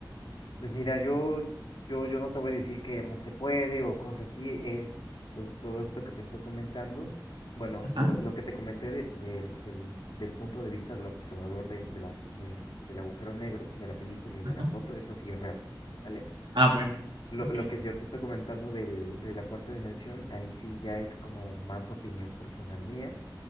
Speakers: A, on the left; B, on the right.
A: Pues mira, yo, yo, yo no te voy a decir que no se puede o cosas así, es, es todo esto que te estoy comentando. Bueno,
B: Ajá,
A: lo, lo que te comenté de- del del- del punto de vista del observador de, de la- de- del agujero negro, de la película y de
B: ajá.
A: la foto, eso sí es real, ¿vale?
B: Ah, bueno,
A: Lo,
B: ok.
A: lo que yo te estoy comentando del, de la cuarta dimensión, ahí sí ya es como más opinión personal mía.